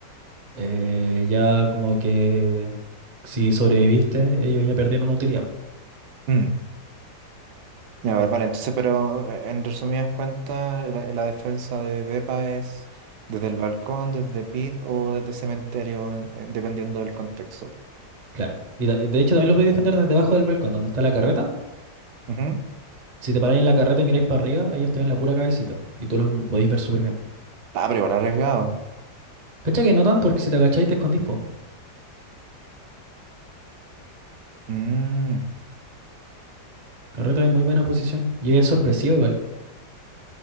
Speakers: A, on the right (about 35°); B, on the right (about 80°).
A: Eh, ya como que si sobreviviste, ellos ya perdieron utilidad. po.
B: Mm. Ya, vale, vale, entonces, pero eh, en resumidas cuentas, la, la defensa de Depa es desde el balcón, desde pit o desde cementerio, en- en- dependiendo del contexto.
A: Claro. Y da- de hecho también lo podéis defender desde abajo del balcón, donde está la carreta.
B: Ujú.
A: Si te paráis en la carreta y miráis para arriba, ellos te ven la pura cabecita. Y tú los podéis ver súper bien.
B: Ah, pero igual arriesgado.
A: Cacha que no tanto, porque si te agacháis te escondís, po.
B: Mm.
A: Carreta es muy buena posición. Y es sorpresiva igual,